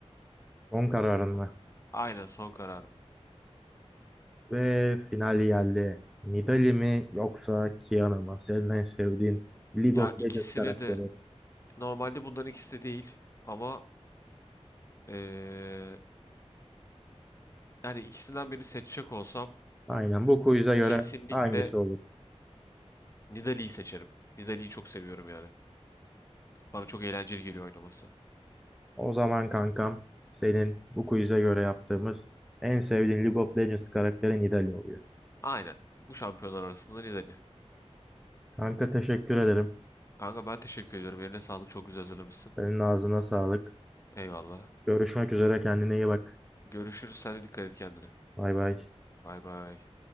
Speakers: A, in the centre; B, on the left.
A: Son kararın mı?
B: Aynen son karar.
A: Ve final geldi. Nidali mi yoksa Kiana mı? Senin en sevdiğin League
B: Ya
A: of
B: ikisini
A: Legends karakteri.
B: de normalde bunların ikisi de değil ama eee, yani ikisinden birini seçecek olsam
A: Aynen bu quiz'e göre
B: kesinlikle
A: hangisi olur?
B: Nidalee'yi seçerim. Nidalee'yi çok seviyorum yani. Bana çok eğlenceli geliyor oynaması.
A: O zaman kankam senin bu quiz'e göre yaptığımız en sevdiğin League of Legends karakterin Nidalee oluyor.
B: Aynen. Bu şampiyonlar arasında Nidalee.
A: Kanka teşekkür ederim.
B: Kanka ben teşekkür ediyorum. Eline sağlık. Çok güzel hazırlamışsın.
A: Senin ağzına sağlık.
B: Eyvallah.
A: Görüşmek üzere kendine iyi bak.
B: Görüşürüz. Sen de dikkat et kendine.
A: Bay bay.
B: Bay bay.